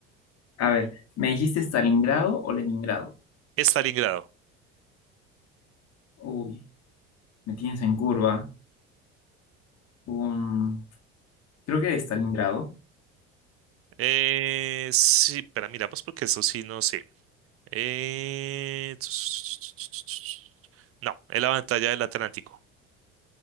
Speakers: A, on the left; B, on the right.
A: a ver, ¿me dijiste Stalingrado o Leningrado?
B: Stalingrado.
A: Uy, me tienes en curva. un, creo que de Stalingrado.
B: Eh, sí, pero miramos porque eso sí no sé. Eh, <tsk> No, es la batalla del Atlántico.